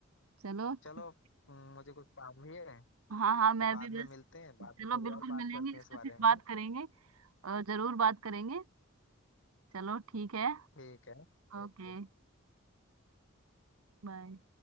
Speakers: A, on the right (about 85°); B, on the left (about 60°).
A: चलो
B: चलो
A: ठीक
B: हम्म, मुझे कुछ काम भी है
A: हाँ हाँ मैं
B: तो बाद
A: भी बस
B: में मिलते हैं बाद में
A: चलो
B: थोड़ी
A: बिल्कुल
B: और बात
A: मिलेंगे
B: करते हैं
A: इस
B: इस
A: पे
B: बारे
A: फिर
B: में
A: बात करेंगे अ, जरूर बात करेंगे चलो ठीक है
B: ठीक है
A: ओके
B: ओके
A: बाय